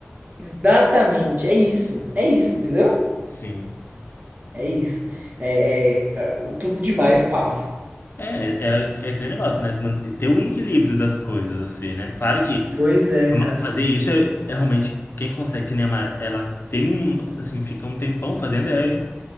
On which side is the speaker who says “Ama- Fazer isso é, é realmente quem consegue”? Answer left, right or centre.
Left